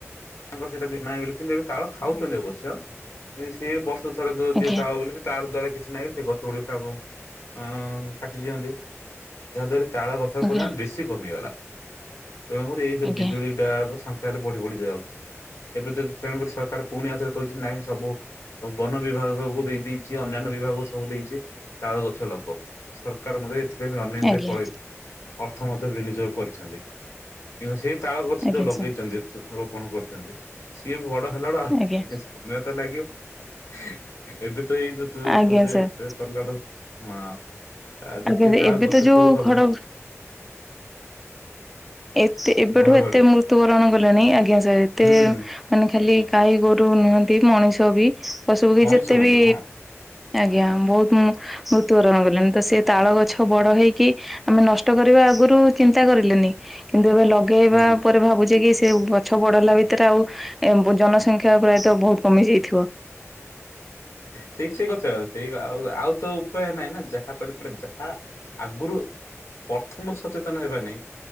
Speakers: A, on the left (about 65°); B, in the centre.
A: ତାଙ୍କର ସେଇଟା ବି ନାହିଁ ବୋଲି କିନ୍ତୁ ଏବେ ତାଳ ଖାଉଛନ୍ତି ଅବଶ୍ୟ ସେ ବ ଥରେ ଦୂରେ ଦିଏ
B: ଆଜ୍ଞା
A: ତାଳ ବୋଲିକି ତା ଦ୍ଵାରେ କିଛି ନାହିଁ ଏମତି ଗଛ ଗୁଡିକ। <unintelligible> କାଟି ଦିଅନ୍ତି ଯାହା ଦ୍ଵାରା ତାଳ ଗଛର
B: ଆଜ୍ଞା
A: ପରିମାଣ ବେଶୀ କମିଗଲା। ତେଣୁକରି ଏଇ ଯଉ
B: ଆଜ୍ଞା
A: ବିଜୁଳି ଟା ର ସା ତାହେଲେ ବଢ଼ି ବଢ଼ି ଯାଉ ଏବେ ତ ତେଣୁକରି ସରକାର ପୁଣି ଆଥରେ କହିଛି ନାହିଁ ସବୁ ଉଁ ବନ ବିଭାଗକୁୁ ଦେଇ ଦେଇଛି ଅନ୍ୟାନ୍ୟ ବିଭାଗକୁ ସବୁ ଦେଇଛି। ତାଳ ଗଛ ଲଗ ସରକାର ମଧ୍ୟ ଏଥିପାଇଁ ଅନେକ ଗୁଡିଏ
B: ଆଜ୍ଞା
A: ପଳେଇ ଅର୍ଥ ମଧ୍ୟ ବିନିଯୋଗ କରିଛନ୍ତି କିନ୍ତୁ ସେ ତାଳ ଗଛ
B: ଆଜ୍ଞା
A: ଯୋଉ ଲଗେଇଛନ୍ତି
B: ସାର୍
A: କରୁଛନ୍ତି ସିଏ ବି ବଡ ହେଲା ବୁ ଆଉ
B: ଆଜ୍ଞା
A: ସମୟ ତ ଲାଗିବ। ଏବେ ଏଇ ଯେ
B: ଆଜ୍ଞା ସାର୍
A: କର୍ଣଟାକ। <unintelligible> ହଁ। ଆଉ ଯେତିକି
B: ଆଜ୍ଞା
A: ତାଳ
B: ଏବେ
A: ଗଛ
B: ତ ଯୋଉ
A: ଥିବ ସବୁ
B: ଘଡ ଏତେ ଏବେଠୁ
A: ଘଡଘଡି
B: ଏତେ ମୃତ୍ୟୁବରଣ କଲେଣି ଆଜ୍ଞା ସାର୍ ଏତେ
A: ହୁଁ
B: ମାନେ ଖାଲି ଗାଈ, ଗୋରୁ ନୁହନ୍ତି ମଣିଷ ବି ପଶୁ ପକ୍ଷୀ
A: ମଣିଷ
B: ଯେତେ
A: ମଧ୍ୟ
B: ବି
A: ହଁ
B: ଆଜ୍ଞା ବହୁତ ମୁଁ ମୃତ୍ୟୁବରଣ କରି ତ ସେ ତାଳ ଗଛ ବଡ ହେଇକି ଆମେ ନଷ୍ଟ କରିବା ଆଗରୁ ଚିନ୍ତା କରିଲେନି। <inaudible> ଏବେ ଲଗେଇବା
A: ହୁଁ
B: ପରେ ଭାବୁଛେ କି ସେ ଗଛ ବଡ ଲା ଭିତରେ ଆଉ ଏବଂ ଜନସଂଖ୍ୟା ପ୍ରାୟତଃ ବହୁତ କମିଯାଇଥିବ।
A: ଠିକ ସେଠିକ ଅଛ ସେଇ ଆ ଆଉ ତ ଉପାୟ ନାଇଁ ନା ଯାହା କହିଲ ପ୍ରଜା ହା ଆଗରୁ ପ୍ରଥମର ସଚେତନ ହେବା ନାଇଁ।